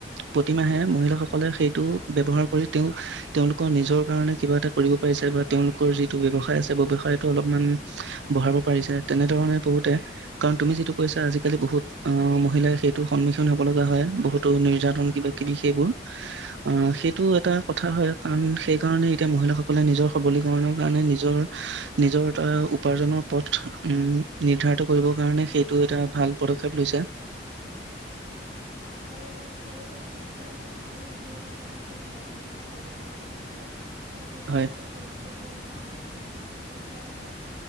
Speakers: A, on the right (about 75°); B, on the right (about 50°).
A: প্ৰতিমাহে মহিলাসকলে সেইটো ব্যৱহাৰ কৰি তেওঁ তেওঁলোকৰ নিজৰ কাৰণে কিবা এটা কৰিব পাৰিছে। বাট তেওঁলোকৰ যিটো ব্যৱসায় আছে ব্যয়ৱসায়তো অলপমান বঢ়াব পাৰিছে। তেনেধৰণে বহুতে কাৰণ তুমি যিটো কৈছা আজিকালি বহুত অ' মহিলাই সেইটো সন্মুখীন হব লগা হয়। বহুতো নিৰ্যাতন কিবা কিবি সেইবোৰ। অ' সেইটো এটা কথা হয়, কাৰণ সেই কাৰণে এতিয়া মহিলাসকলে নিজৰ সবলীকৰণৰ কাৰণে নিজৰ নিজৰ এটা উপাৰ্জনৰ পথ উম নিৰ্ধাৰিত কৰিবৰ কাৰণে সেইটো এটা ভাল পদক্ষেপ লৈছে।
B: আৰু মই বিচাৰোঁ যে চৰকাৰে মানে আৰু নতুন নতুন পদক্ষেপ লওঁক মহিলা সবলীকৰণৰ ক্ষেত্ৰত। কাৰণ এইটো এটা
A: হয়
B: অতি গুৰুত্বপূৰ্ণ মানে বিষয় হয়।